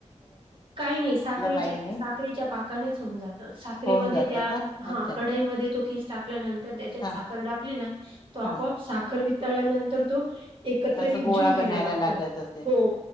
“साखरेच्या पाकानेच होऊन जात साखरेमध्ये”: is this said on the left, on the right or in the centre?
Right